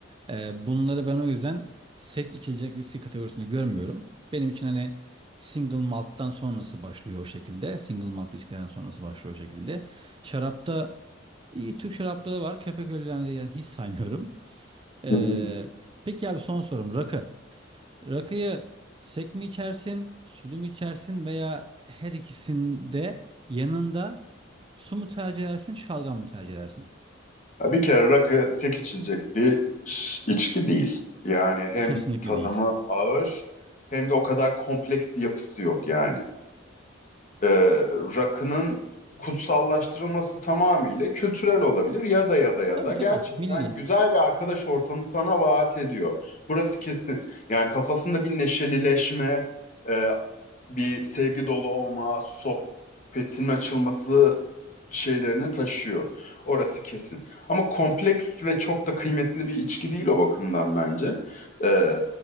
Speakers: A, on the right; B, on the left.
A: Eee, bunları ben o yüzden sek içilecek viski kategorisinde görmüyorum. Benim için hani single malt'tan sonrası başlıyor o şekilde. Single malt viskiden sonrası başlıyor o şekilde. Şarapta iyi Türk şarapları var. Köpek ölülerini yani hiç saymıyorum. Ee,
B: <laughs>
A: peki abi son sorum rakı. Rakıyı sek mi içersin, sulu mu içersin veya her ikisinde yanında su mu tercih edersin, şalgam mı tercih edersin?
B: Ya Bir kere rakı sek içilecek bir ş- içki değil. Yani hem
A: Kesinlikle
B: tadımı
A: değil.
B: ağır hem de o kadar kompleks bir yapısı yok yani. e, rakının kutsallaştırılması tamamıyla kültürel olabilir ya da ya da ya
A: Tabii
B: da gerçekten
A: tabii milli.
B: güzel bir arkadaş ortamı sana vaat ediyor. Burası kesin. Yani kafasında bir neşelileşme, e, bir sevgi dolu olma, sohbetin açılması şeylerini taşıyor. Orası kesin. Ama kompleks ve çok da kıymetli bir içki değil o bakımdan bence. E,